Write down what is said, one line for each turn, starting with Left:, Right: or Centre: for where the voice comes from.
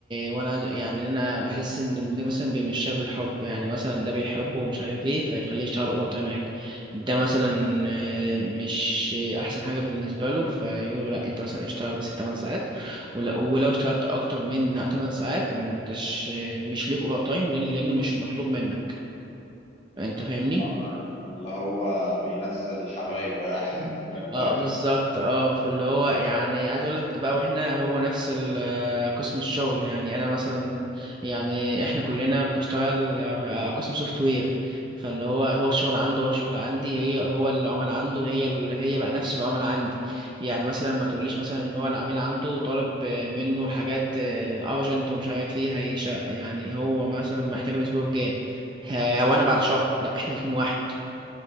Right: وانا عايز- يعني انا بحس ان دي مثلا بيمشيها بالحب يعني مثلا ده بيحبه ومش عارف ايه فيخليه يشتغل اوفر تايم عادي ده مثلا آه، مش احسن حاجه بالنسبه له فيقولوا لا انت مثلا اشتغل بس 8 ساعات ول- ولو اشتغلت اكتر من 8 ساعات مش مش ليك اوفر تايم لان لان مش مطلوب منك انت فاهمني
Left: اه يبقى اللي هو بينزل حبايبه يعني <laughs> من الاخر
Right: اه بالظبط اه فاللي هو يعني عايز اقول لك بقى واحنا هو نفس ال- آه، قسم الشغل يعني انا مثلا يعني احنا كلنا بنشتغل آه، قسم سوفت وير فاللي هو هو الشغل عنده هو الشغل عندي هي هو العمل عنده هي ال- هي بقى نفس العمل عندي يعني مثلا ما تقوليش مثلا ان هو العميل عنده طالب آه، منه حاجات ارجنت ومش عارف ايه هيش يعني هو مثلا محتاج الاسبوع الجاي ه- وانا بعد شهر لا احنا الاتنين واحد